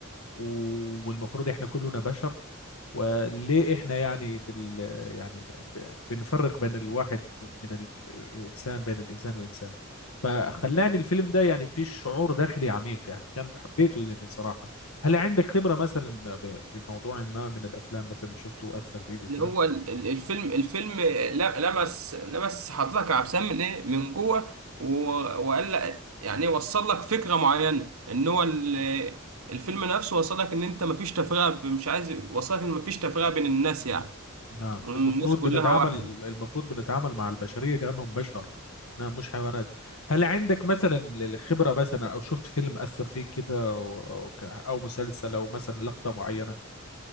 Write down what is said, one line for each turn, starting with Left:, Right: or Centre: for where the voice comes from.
Left: والمفروض إحنا كلنا بشر وليه احنا يعني بال يعني ب- ب- بنفرق بين الواحد من ال- الانسان بين الانسان وانسان فخلاني الفيلم ده يعني فيه شعور داخلي عميق يعني كان حبيته يعني صراحة هل عندك خبرة مثلا ب- بموضوع ما من الافلام مثلا شفته اثر فيك وكده
Right: ان هو ال- ال- الفيلم الفيلم ل- لمس لمس حضرتك يا عبد السلام من ايه من جوه و- وقال لك يعني وصل لك فكره معينه ان هو ال- الفيلم نفسه وصل لك ان انت مفيش تفرقه ب- مش عايز وصل لك ان مفيش تفرقه بين الناس يعني
Left: نعم
Right: الناس
Left: المفروض
Right: كلها
Left: بنتعامل
Right: واحد
Left: المفروض بنتعامل مع البشرية كأنهم بشر نعم مش حيوانات هل عندك مثلا الخبرة مثلا او شفت فيلم اثر فيك كده او او ك- أو مسلسل او مثلا لقطة معينة